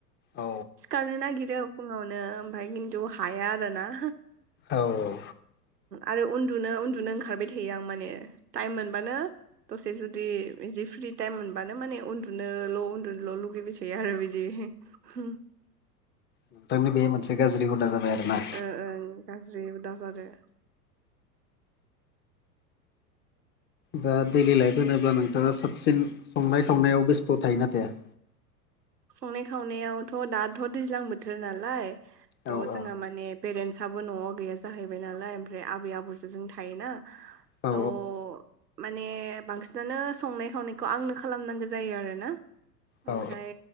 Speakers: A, on the left; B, on the right.
A: औ
B: सिखारनो नागिरो फुङावनो ओमफाय किनतु हाया आरोना
A: औ औ
B: आरो उन्दुनो उन्दुनो ओंखारबाय थायो आं माने टाइम मोनबानो दसे जुदि बिदि फ्रि टाइम मोनबानो माने उन्दुनोल' उन्दुनोल' लुगैबाय थायो आरो बिदि होम
A: नोंथांनि बे मोनसे गाज्रि हुदा जाबाय आरोना
B: ओ ओं गाज्रि हुदा जादों <inaudible>
A: दा दैलि लाइफ होनोब्ला नोंथाङा साबसिन संनाय-खावनायाव बेस्थ' थायोना थाया?
B: संनाय-खावनायावथ' दाथ' दैज्लां बोथोर नालाय
A: औ
B: त'
A: औ
B: जोंहा माने पेरेन्टसआबो न'वाव गैया जाहैबाय नालाय ओमफ्राय आबै आबौजों जों थायोना
A: औ
B: त' माने बांसिनानो संनाय खावनायखौ आंनो खालामनांगौ जायो आरोना
A: औ
B: ओमफ्राय